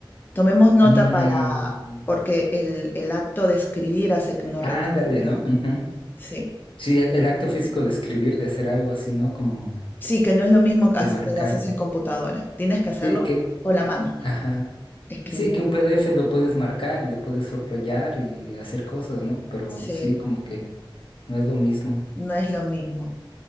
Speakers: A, on the left (about 20°); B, on the left (about 75°).
A: Tomemos nota
B: mm.
A: para, Ah, porque el, el acto de escribir hace que uno
B: Ándale,
A: retenga más.
B: ¿no? Ujú.
A: Sí.
B: Sí, el, el acto físico de escribir, de hacer algo así, ¿no? Como
A: Sí, que no es lo mismo que
B: de
A: hace-
B: marcar.
A: que lo Claro. haces en computadora. Tienes que hacerlo
B: Sí, que,
A: con la mano,
B: ajá.
A: escribiendo.
B: Sí, que un PDF lo puedes marcar, y lo puedes subrayar y hacer cosas, ¿no? Pero
A: Sí,
B: sí, como que no es lo mismo.
A: no es lo mismo.